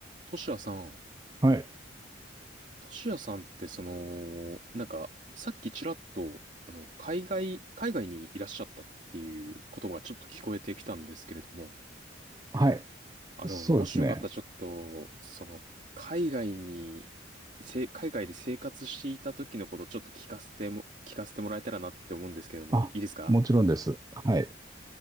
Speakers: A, on the right; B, on the right.
A: トシヤさん、
B: はい。
A: トシヤさんってその、なんか、さっきちらっと、あの、海外、海外にいらっしゃったっていう言葉がちょっと聞こえてきたんですけれども、
B: はい。
A: あの、
B: そうですね。
A: もしよかったらちょっと、その、海外に、せ、海外で生活していた時のことをちょっと聞かせても、聞かせてもらえたらなって思うんですけれども、
B: あ、
A: いいですか
B: もちろんです。はい。